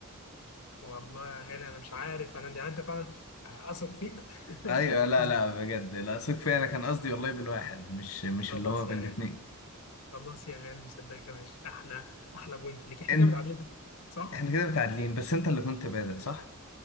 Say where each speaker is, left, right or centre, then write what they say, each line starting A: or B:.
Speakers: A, on the left; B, on the left.
A: والله يا غالي انا مش عارف انا يعني انت فعلا اثق فيك <laughs>
B: ايوه لا
A: أثق.
B: لا بجد لا ثق فيا انا كان قصدي والله بالواحد مش مش
A: خلاص
B: اللي هو بالاتنين
A: يا غالي خلاص يا غالي مصدقك يا باشا احلى احلى بوينت ليك احنا
B: انت
A: كده متعادلين صح
B: احنا كده متعادلين بس انت اللي كنت بادئ صح